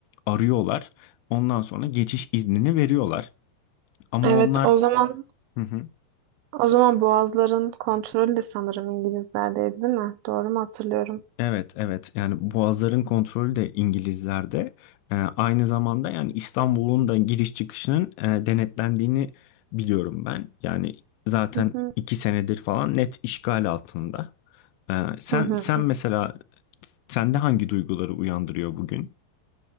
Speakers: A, on the left; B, on the right.
A: arıyorlar. Ondan sonra geçiş iznini veriyorlar. Ama
B: Evet
A: onlar
B: o zaman
A: Hı hı.
B: o zaman Boğazların kontrolü de sanırım İngilizlerdeydi değil mi? Doğru mu hatırlıyorum?
A: Evet evet yani boğazların kontrolü de İngilizlerde E, aynı zamanda yani İstanbul'un da giriş çıkışının e, denetlendiğini biliyorum ben. Yani zaten
B: Hı hı.
A: iki senedir falan net işgal altında. Ee, sen
B: Hı hı.
A: sen mesela sende hangi duyguları uyandırıyor bugün?